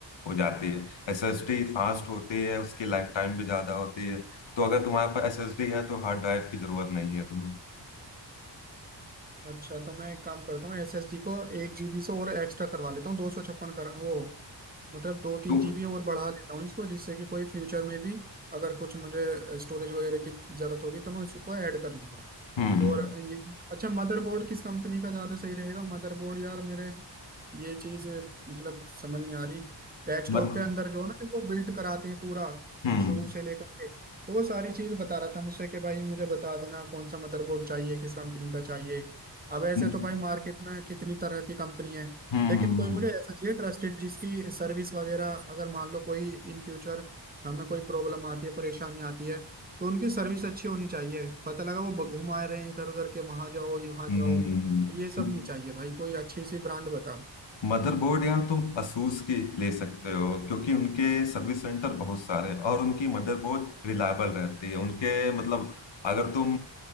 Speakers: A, on the left; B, on the right.
A: हो जाती है एसएसडी फास्ट होती है उसकी लाइफ टाइम भी ज्यादा होती है तो अगर तुम्हारे पास एसएसडी है तो हार्ड ड्राइव की जरूरत नहीं है तुम्हें
B: अच्छा तो मैं एक काम करता हूँ एसएसडी को एक जीबी से और एक्स्ट्रा करवा लेता हूँ दो सौ छप्पन कर वो मतलब दो तीन
A: तुम
B: जीबी और बढ़ा लेता हूँ इसको जिससे कि कोई फ्यूचर में भी अगर कुछ मुझे स्टोरेज वगैरह की जरूरत होगी तो मैं उसको ऐड कर लूंगा
A: हम्म
B: और ये अच्छा मदरबोर्ड किस कंपनी का ज़्यादा सही रहेगा मदरबोर्ड यार मेरे ये चीज़ मतलब समझ नहीं आ रही डेस्कटॉप
A: मत
B: के अंदर जो है ना कि वो बिल्ड कराते हैं पूरा
A: हम्म
B: शुरू से लेकर के तो वो सारी चीज़ बता रहा था मुझसे कि भाई मुझे बता देना कौन सा मदरबोर्ड चाहिए किस कंपनी का चाहिए अब ऐसे
A: हम्म
B: तो भाई मार्केट में कितनी तरह की कंपनी है
A: हम्म
B: लेकिन कोई मुझे ऐसा चाहिए ट्रस्टेड जिसकी सर्विस वगैरह अगर मान लो कोई इन फ्यूचर हमें कोई प्रॉब्लम आती है परेशानी आती है तो उनकी सर्विस अच्छी होनी चाहिए पता लगा वो घुमा रहे हैं इधर उधर के वहां जाओ यहाँ
A: हम्म
B: जाओ
A: <laughs>
B: तो ये सब
A: हम्म,
B: नहीं चाहिए भाई कोई अच्छी सी ब्रांड बता
A: मदरबोर्ड यार तुम असूस की ले सकते हो क्योंकि उनके सर्विस सेंटर बहुत सारे हैं और उनकी मदरबोर्ड रिलायबल रहती है उनके मतलब अगर तुम